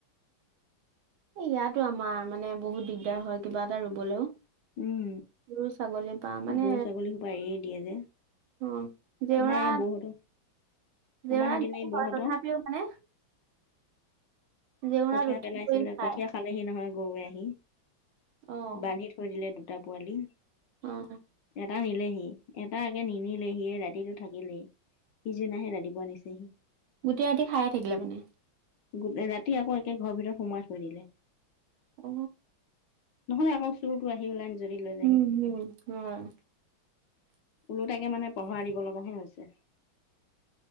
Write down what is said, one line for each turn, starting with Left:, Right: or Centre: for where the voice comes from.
Right: ইয়াতো আমাৰ মানে বহুত দিগদাৰ হয় কিবা এটা ৰুবলৈও
Left: উম
Right: গৰু ছাগলীৰ পৰা মানে
Left: গৰু ছাগলী সোপা এৰিয়ে দিয়ে যে
Right: অ জেউৰা
Left: আমাৰ এই বৌহঁতৰ
Right: জেউৰা
Left: আমাৰ সেইদিনা
Right: দিও
Left: এই বৌহঁতৰ
Right: বাও তথাপিও মানে জেউৰাত
Left: কঠীয়াা
Right: উঠি
Left: পেলাইছিলে
Right: কৰি খায়।
Left: কঠীয়াা খালেহি নহয় গৰুৱে আহি
Right: অ',
Left: বান্ধি থৈ দিলে দু দুটা পোৱালি
Right: অ'।
Left: এটা নিলেহি এটাগে নিনিলেহি ৰাতিটো থাকিলেহি পিছদিনাহে ৰাতিপুৱা নিচেহি
Right: গোটেই ৰাতি খায়ে থাকিলে মানে
Left: গোটেই ৰাতি ৰ আকৌ একে ঘৰ ভিতৰত সোমাই থৈ দিলে
Right: অ
Left: নহলে আকৌ চোৰটো আহি ওলাই যদি লৈ যাহি
Right: হুম, হয়।
Left: ওলো তাকে মানে পহৰা দিব লগা হে হৈছে